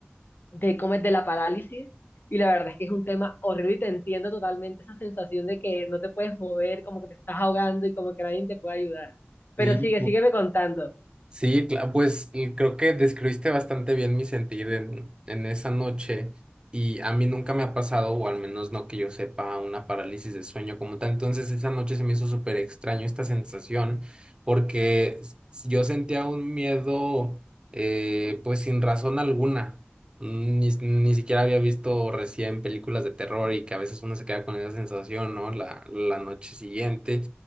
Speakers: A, on the left (about 55°); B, on the right (about 25°).
A: de comer de la parálisis. Y la verdad es que es un tema horrible y te entiendo totalmente esa sensación de que no te puedes mover, como que te estás ahogando y como que nadie te puede ayudar. Pero
B: Sí,
A: sigue, sígueme contando.
B: Sí, cla- pues y creo que describiste bastante bien mi sentir en, en esa noche y a mí nunca me ha pasado, o al menos no que yo sepa, una parálisis de sueño como tal. Entonces esa noche se me hizo súper extraño esta sensación porque s- yo sentía un miedo eh, pues sin razón alguna. Mm, Ni, s- ni siquiera había visto recién películas de terror y que a veces uno se queda con esa sensación, ¿no? La, la noche siguiente